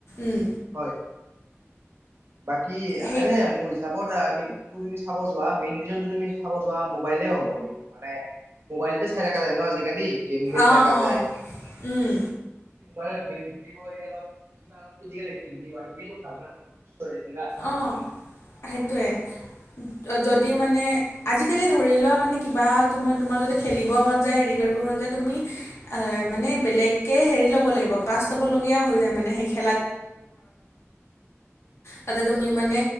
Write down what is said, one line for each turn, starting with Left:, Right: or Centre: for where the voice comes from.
Left: উম
Right: হয়। বাকী
Left: সেই
Right: এনে মোৰ হি চাবত তুমি যদি চাব যোৱা মেইন ৰিজন তুমি চাব যোৱা মোবাইলে হ'ব কিন্তু মানে মোবাইলতে চাই থাকে যায় ন আজিকালি, গেম খেল
Left: অঁ
Right: থাকা
Left: অঁ
Right: যায়
Left: উম
Right: মাইলত গেম খেলিব এৰি অলপ কিবা ফিজিকেল এক্টিভিটি কৰাটোকেটো ভাল না। চৰি কিবা
Left: অঁ সেইটোৱে যদি মানে আজিকালি ধৰি লোৱা মানে কিবা তোমাৰ -তোমাৰ যদি খেলিব মন যায় হেৰি কৰিব মন যায় তুমি মানে বেলেগকে হেৰি ল'ব লাগিব ক্লাছ ল'বলগীয়া হৈ যায় মানে সেইখিন
Right: <unintelligible> <inaudible>
Left: তাতে তুমি মানে